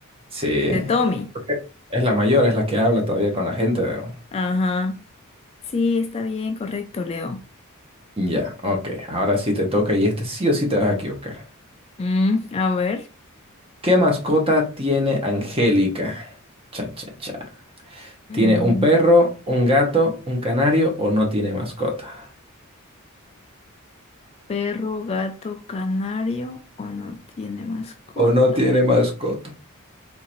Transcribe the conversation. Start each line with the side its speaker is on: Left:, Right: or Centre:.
Right: Sí,
Left: de Tommy.
Right: porque es la mayor, es la que habla todavía con la gente. veo.
Left: Ajá. Sí, está bien, correcto, Leo.
Right: Ya, ok, ahora sí te toca y este sí o sí te vas a equivocar.
Left: Mm, a ver.
Right: ¿Qué mascota tiene Angélica? Cha, cha, cha.
Left: Mm,
Right: ¿Tiene un perro, un gato, un canario o no tiene mascota?
Left: ¿Perro, gato, canario o no tiene mascota?
Right: ¿O no tiene mascota?